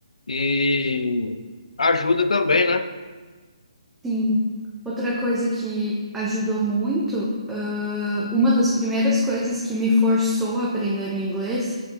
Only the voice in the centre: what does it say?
Sim. Outra coisa que ajudou muito, ãh, uma das primeiras coisas que me forçou a aprender o inglês